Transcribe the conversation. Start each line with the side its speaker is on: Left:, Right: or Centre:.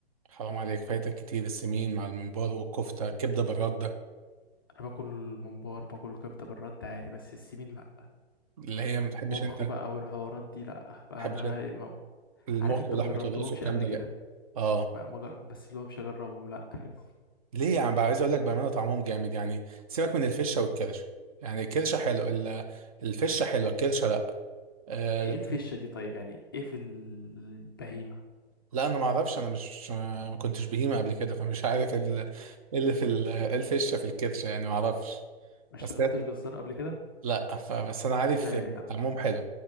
Right: حرام عليك فايتك كتير السمين مع الممبار والكفته الكبده بالرده
Left: أنا باكل ممبار باكل كبدة بالرد عادي بس السمين لأ
Right: اللي هي ما بتحبش
Left: مخ
Right: انت ما
Left: بقى والحوارات دي لأ بقى
Right: بتحبش
Left: أنا
Right: انت
Left: ما...
Right: المخ
Left: عارف أنت
Right: ولحمه
Left: ما جربتهمش
Right: الراس والكلام
Left: قبل
Right: ده
Left: كده
Right: لا اه
Left: ما... ما جر... بس اللي هو مش هجربهم لأ <laughs>
Right: ليه يعني بقى عايز اقول لك بامانه طعمهم جامد يعني سيبك من الفشه والكرشه يعني الكرشه حلو ال- الفشه حلوه الكرشه لا آه،
Left: إيه الفشة دي طيب يعني إيه في البهيمة
Right: لا انا ما اعرفش انا مش ما كنتش بهيمه قبل كده فمش عارف ال- إيه اللي في ال- إيه الفشه في الكرشه يعني ما اعرفش
Left: ما اشتغلتش
Right: بس هي-
Left: جزار قبل كده
Right: لا فبس انا عارف
Left: زيك
Right: يعني طعمهم حلو